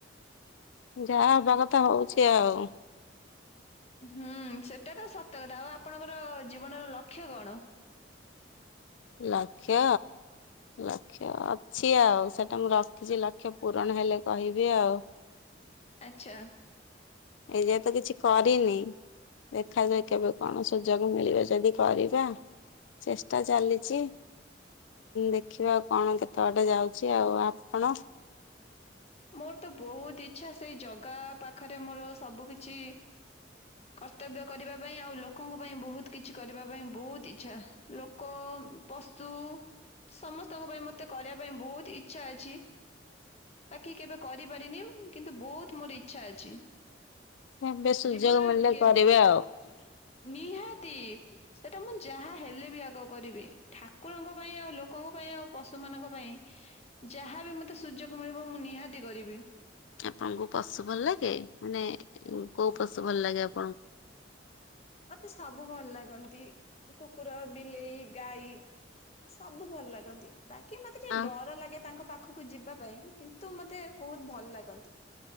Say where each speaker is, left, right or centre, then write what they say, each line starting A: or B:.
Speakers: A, on the left; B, on the left.
A: ଯାହା ହବା କଥା ହଉଛି ଆଉ।
B: ହୁଁ ସେଟା ତ ସତ କଥା ଆଉ ଆପଣଙ୍କର ଜୀବନର ଲକ୍ଷ୍ୟ କଣ? <unintelligible>
A: ଲକ୍ଷ ଲକ୍ଷ ଅଛି ଆଉ ସେଟା ମୁଁ ରଖିଛି ଲକ୍ଷ ପୂରଣ ହେଲେ କହିବି ଆଉ।
B: ଆଚ୍ଛା।
A: ଏଇଯ ତ କିଛି କରିନି ଦେଖାଯଏ କେବେ କଣ ସୁଯୋଗ ମିଳିବ ଯଦି କରିବା ଚେଷ୍ଟା ଚାଲି ଚି ଦେଖିବା ଆଉ କଣ କେତେ ବାଟେ ଯାଉଛି ଆଉ ଆପଣ?
B: ମୋର ତ ବହୁତ ଇଚଛା ସେଇ ଜଗା ପାଖରେ ମୋର ସବୁ କିଛି କର୍ତ୍ତବ୍ୟ କରିବା ପାଇଁ ଆଉ ଲୋକଙ୍କ ପାଇଁ ବହୁତ କିଛି କରିବା ପାଇଁ ବହୁତ ଇଚଛା। କ ପଶୁ ସମସ୍ତଙ୍କ ପାଇଁ ମତେ କରିବା ପାଇଁ ବହୁତ ଇଚଛା ଅଛି। ବାକି କେବେ କରିପାରିନି କିନ୍ତୁ ବହୁତ ମୋର ଇଚ୍ଛା ଅଛି।
A: କେବେ ସୁଯୋଗ
B: ଜୀବନରେ
A: ମିଳିଲେ
B: କେବ୍
A: କରିବେ ଆଉ।
B: ନିହାତି ସେଟା ମୁଁ ଯାହା ହେଲେ ବି ଆଗ କରିବି ଠାକୁରଙ୍କ ପାଇଁ ଆଉ ଲୋକଙ୍କ ପାଇଁ ଆଉ ପଶୁମାନଙ୍କ ପାଇଁ ଯାହା ବି ମୋତେ ସୁଯୋଗ ମିଳିବ ମୁଁ ନିହାତି କରିବି।
A: ଆପଣଙ୍କୁ ପଶୁ ଭଲ ଲାଗେ ମାନେ କଉ ପଶୁ ଭଲ ଲାଗେ ଆପଣଙ୍କୁ?
B: ମତେ ସବୁ ଭଲ ଲାଗେ। ଗନ୍ତି କୁକୁର ବିଲେଇ ଗାଈ ସବୁ ଭଲ ଲାଗନ୍ତି। ବାକି ମତେ ଟିକେ
A: ଆଉ
B: ଡର ଲାଗେ ତାଙ୍କ ପାଖକୁ କୁ ଯିବା ପାଇଁ କିନ୍ତୁ ମତେ ବହୁତ ଭଲ ଲାଗନ୍ତି।